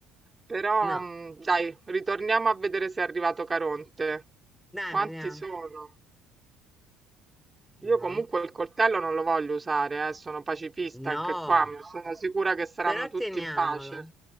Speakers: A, on the right; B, in the centre.
A: Però,
B: no.
A: mh, dai, ritorniamo a vedere se è arrivato Caronte.
B: Dai,
A: Quanti
B: vediamo.
A: sono? Io
B: No,
A: comunque il coltello non lo voglio usare, eh, sono pacifista
B: no,
A: anche qua, mi sono sicura che saranno
B: però
A: tutti
B: teniamolo.
A: in pace.